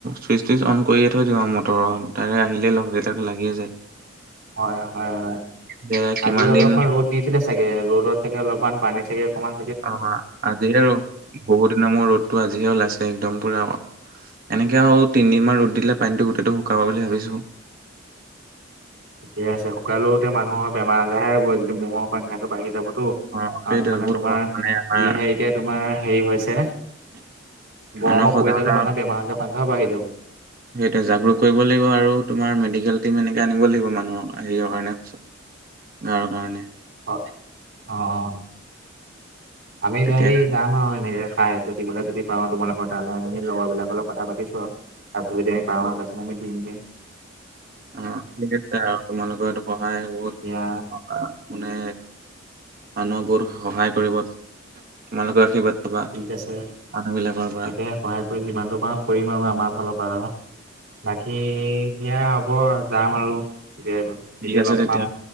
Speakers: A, on the right (about 45°); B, on the right (about 70°).
A: চুইচ - টুইচ অন কৰিয়ে থৈ দিওঁ আৰু মটৰৰ। তাৰে আহিলে লগকেইটাক লাগিয়ে যায়।
B: হয়', হয়', হয়'
A: এতিয়া কিমান
B: আজি অলপমান
A: দিন
B: ৰ'দ দিছিলে চাগে, ৰ'দত চাগে অলপমান পানী চাগে অকণমান
A: অ' কোৱা? আজিহে ৰ'দ বহুত দিনৰ মোৰত ৰ'দটো আজিহে ওলাইছে একদম পুৰা এনেকে আৰু তিনিদিনমান ৰ'দ দিলে পানীটো গোটেইটো শুকাব বুলি ভাবিছোঁ।
B: ঠিকে আছে, শুকালেও এতিয়া মানুহৰ বেমাৰ - আজাৰহে হ'ব যেতিয়া মহৰ সংখ্যাটো বাঢ়ি যাবটো।
A: অ' সেইটোৱে
B: কাৰণ মানে
A: বহুত
B: তোমাৰ
A: কষ্ট মানে আমাৰ
B: যি হে এতিয়া তোমাৰ হেৰি হৈছে
A: মানুহক
B: গৰমত
A: সজাগতা
B: পৰি যালে মানুহৰ বেমাৰ - আজাৰৰ সংখ্যাও বাঢ়ি যাব।
A: সেইটোৱে জাগৰোক কৰিব লাগিব আৰু তোমাৰ মেডিকেল টিম এনেকে আনিব লাগিব মানুহক নিজৰ কাৰণে হৈছে। ঘৰৰ কাৰণে।
B: হয়', অ' অ', আমি
A: তেতিয়া
B: হেৰি যাম আৰু এনেকে। পাই যদি বোলে যদি পাওঁ তোমালোকৰ তালে আনি লগৰবিলাকৰ লগত কথা পাতি চোৱা। তাৰপিছত যদি আমি পাওঁ তাৰপিছত আমি দিম দে।
A: অ' ঠিক আছে, আৰু তোমালোকৰ এইটো সহায় বহুত
B: এতিয়া
A: মানে, মানুহক বহুত সহায় কৰিব, তোমালোকৰ আশীৰ্বাদ পাবা
B: ঠিক আছে,
A: মানুহ বিলাকৰ পৰা
B: তাকে সহায় কৰি যিমানটো পাৰোঁ কৰিম আৰু আমাৰ ফালৰ পৰা আৰু। বাকী দিয়া হ'ব, যাম আৰু। <unintelligible> কেতিয়া
A: ঠিক আছে
B: লগ
A: তেতিয়া
B: পাম